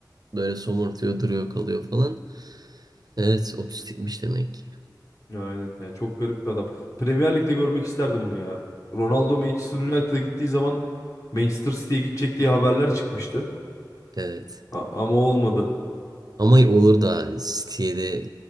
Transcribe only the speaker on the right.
böyle somurtuyor duruyor kalıyor falan. Evet otistikmiş demek.
Evet
ama olur da City'ye de